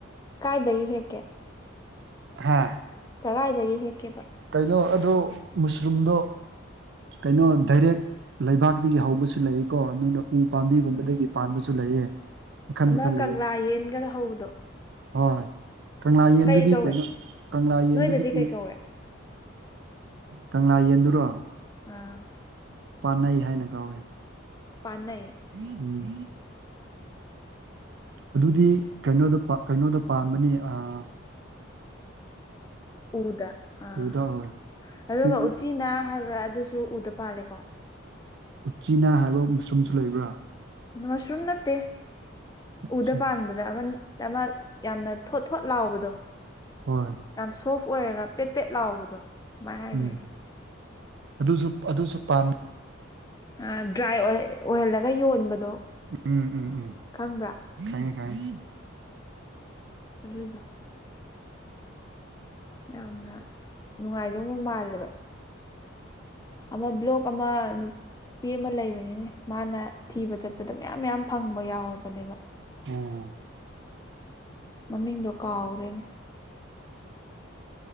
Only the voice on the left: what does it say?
ꯀꯥꯏꯗꯒꯤ ꯍꯦꯛꯀꯦ
ꯇꯔꯥꯥꯏꯗꯒꯤ ꯍꯦꯛꯀꯦꯕ
ꯎꯝ
ꯑꯃ
ꯀꯪꯂꯥ
ꯌꯦꯟꯒꯗ ꯍꯧꯕꯗꯣ
ꯀꯩ ꯀꯧꯏ
ꯅꯣꯏꯗꯗꯤ ꯀꯩ
ꯀꯧꯏ
ꯑꯥ
ꯄꯥꯅꯩ
ꯎꯗ ꯑꯥ
ꯑꯗꯨꯒ
ꯎꯆꯤꯅ ꯍꯥꯏꯕ꯭ꯔꯥ ꯑꯗꯨꯁꯨ ꯎꯗ ꯄꯥꯜꯂꯦꯀꯣ
ꯃꯁ꯭ꯔꯨꯝ ꯅꯠꯇꯦ
ꯎꯗ ꯄꯥꯟꯕꯥ__ ꯑꯗ ꯑꯃꯟ ꯆꯥꯃꯛ ꯌꯥꯝꯅ ꯊꯣꯠ ꯊꯣꯠ ꯂꯥꯎꯕꯗꯣ
ꯌꯥꯝ ꯁꯣꯐ ꯑꯣꯏꯔꯒ ꯄꯦꯠ ꯄꯦꯠ ꯂꯥꯎꯕꯗꯣ ꯀꯃꯥꯏꯅ ꯍꯥꯏꯗꯣꯏꯅꯣ
ꯑꯥ ꯗ꯭ꯔꯥꯏ ꯑꯣꯏꯍ ꯑꯣꯏꯍꯜꯂꯒ ꯌꯣꯟꯕꯗꯣ
ꯈꯪꯕ꯭ꯔꯥ
ꯑꯗꯨꯗꯣ ꯌꯥꯝꯅ ꯅꯨꯡꯉꯥꯏꯗꯧꯕ ꯃꯥꯜꯂꯦꯕ ꯑꯃ ꯕ꯭ꯂꯣꯛ ꯑꯃ ꯅꯨꯞ__ ꯄꯤ ꯑꯃ ꯂꯩꯕꯅꯤꯅꯦ ꯃꯥꯅ ꯊꯤꯕ ꯆꯠꯄꯗ ꯃꯌꯥꯝ ꯃꯌꯥꯝ ꯐꯪꯕ ꯌꯥꯎꯔꯕꯅꯦꯕ
ꯃꯃꯤꯡꯗꯣ ꯀꯥꯎꯒ꯭ꯔꯦꯅꯦ